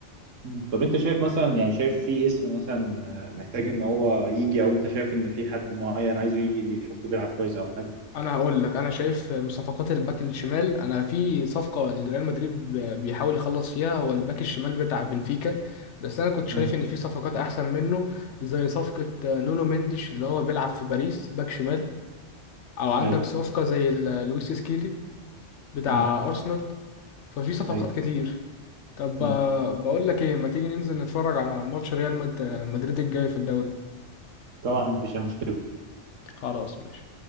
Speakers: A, on the right; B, on the left.
A: مم. طب انت شايف مثلا يعني شايف في اسم مثلا آه، محتاج ان هو يجي او انت شايف ان في حد معين عايزه يجي شفته بيلعب كويس او حاجه
B: انا هقول لك انا شايف من صفقات الباك الشمال انا في صفقه لريال مدريد بيحاول يخلص فيها هو الباك الشمال بتاع بنفيكا بس انا كنت شايف
A: مم.
B: ان في صفقات احسن منه زي صفقه نونو مندش اللي هو بيلعب في باريس باك شمال او عندك
A: ايوه
B: صفقه زي ال- لويس سكيلي بتاع
A: امم
B: ارسنال ففي صفقات
A: ايوه
B: كتير طب
A: امم
B: آه، بقول لك ايه ما تيجي ننزل نتفرج على ماتش ريال مد- مدريد الجاي في الدوري
A: طبعا مفيش اي مشكله
B: خلاص ماشي